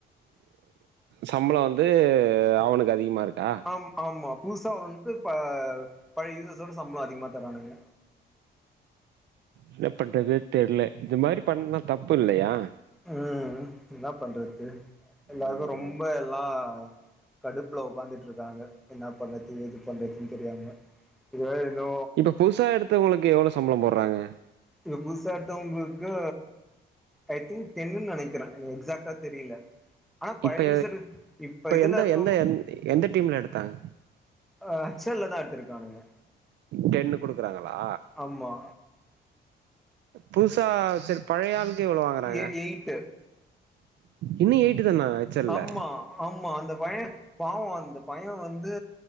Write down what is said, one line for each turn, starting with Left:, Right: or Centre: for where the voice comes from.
Right: சம்பளம் வந்து அவனுக்கு அதிகமா இருக்கா
Centre: ஆம் ஆமா புதுசா வந்து இப்ப பழைய யூசர்ஸோட சம்பளோ அதிகமா தரானுங்க
Right: என்ன பண்றது தெர்ல இது மாரி பண்ணா தப்பு இல்லையா
Centre: ம் என்ன பண்றது எல்லாருக்கு
Right: ம்
Centre: ரொம்ப எல்லா கடுப்ல உக்காந்துட் இருக்காங்க என்ன பண்றது ஏது பண்றதுன் தெரியாம ஏ இன்னு
Right: இப்ப புதுசா எடுத்தவங்களுக்கு எவ்ளோ சம்பளம் போட்றாங்க
Centre: இங்க புதுசா எடுத்தவங்களுக்கு ஐ திங்க் டென்னுன்னு நெனைக்கிறே எக்ஸாக்டா தெரியில ஆனா பழைய
Right: இப்ப
Centre: யூசர் இப்ப இதுல்ல
Right: எந்த
Centre: இருக்குறவுங்களு
Right: எந்த எந் எந்த டீம்ல எடுத்தாங்க
Centre: அ ஹச் எல்லதா எடுத்துருக்கானுங்க
Right: டென்னு குடுக்குறாங்களா
Centre: ஆமா
Right: புதுசா சேரி பழைய ஆளுக்கு இவ்ளோ வாங்குறாங்க
Centre: எ எயிட்டு
Right: இன்னு எய்ட்டு தானா வெச்சர்ல
Centre: ஆமா ஆமா அந்த பையே பாவோ அந்த பையே வந்து